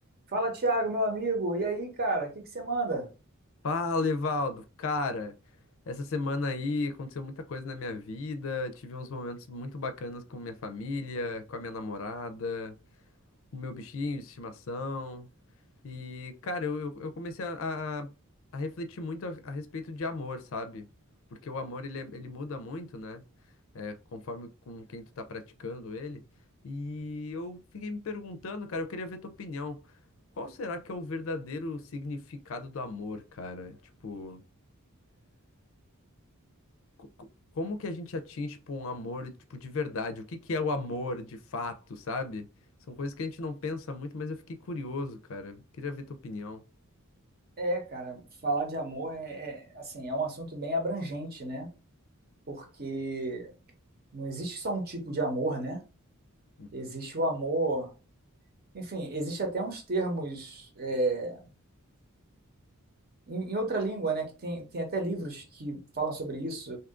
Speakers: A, on the right; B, on the left.
A: Fala, Thiago, meu amigo. E aí, cara, o que que você manda?
B: Fala, Evaldo. Cara, essa semana aí aconteceu muita coisa na minha vida. Tive uns momentos muito bacanas com minha família, com a minha namorada, com o meu bichinho de estimação. E, cara, eu, eu eu comecei a, a, a refletir muito a, a respeito de amor, sabe? Porque o amor, ele, é- ele muda muito, né? É, conforme com quem tu tá praticando ele. E eu fiquei me perguntando, cara, eu queria ver tua opinião. Qual será que é o verdadeiro significado do amor, cara? Tipo, co- co- como que a gente atinge, tipo, um amor, tipo, de verdade? O que que é o amor de fato, sabe? São coisas que a gente não pensa muito, mas eu fiquei curioso, cara. Queria ver tua opinião.
A: É, cara, falar de amor é, é, assim, é um assunto bem abrangente, né? Porque não existe só um tipo de amor, né?
B: Uhum.
A: Existe o amor, enfim, existe até uns termos é, em, em outra língua, né? Que tem, tem até livros que falam sobre isso.